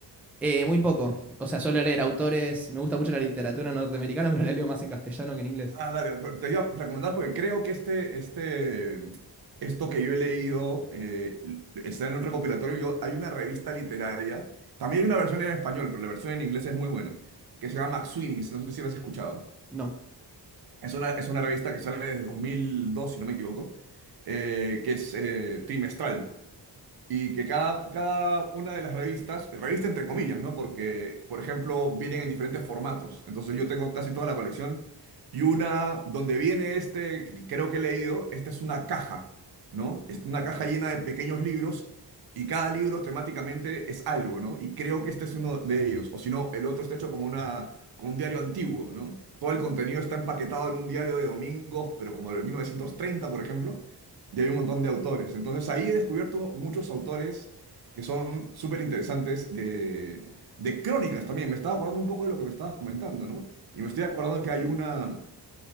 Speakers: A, in the centre; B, on the right.
A: Eh, muy poco. O sea, suelo leer autores. Me gusta mucho la literatura norteamericana, <laughs> pero la leo más en castellano que en inglés.
B: Ah, dale, pero te iba a recomendar porque creo que este, este, esto que yo he leído eh, está en un recopilatorio. Yo, hay una revista literaria, también hay una versión en español, pero la versión en inglés es muy buena, que se llama McSweeney's, no sé si la has escuchado.
A: No.
B: Es una, es una revista que sale desde 2002, si no me equivoco, eh, que es eh, trimestral. Y que cada, cada una de las revistas, revista entre comillas, ¿no? Porque, por ejemplo, vienen en diferentes formatos. Entonces yo tengo casi toda la colección. Y una donde viene este, que creo que he leído, esta es una caja, ¿no? Es una caja llena de pequeños libros y cada libro temáticamente es algo, ¿no? Y creo que este es uno de ellos. O si no, el otro está hecho como una, como un diario antiguo, ¿no? Todo el contenido está empaquetado en un diario de domingos, pero como de 1930, por ejemplo y hay un montón de autores. Entonces ahí he descubierto muchos autores que son súper interesantes de, de crónicas también. Me estaba acordando un poco de lo que me estabas comentando, ¿no? Y me estoy acordando que hay una,